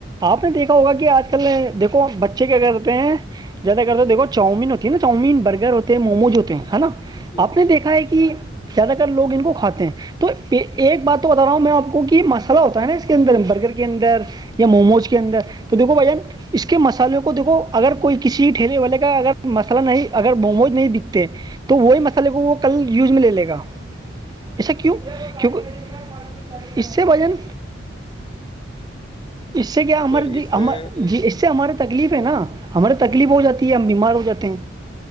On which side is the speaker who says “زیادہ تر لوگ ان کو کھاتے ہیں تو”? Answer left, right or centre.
Right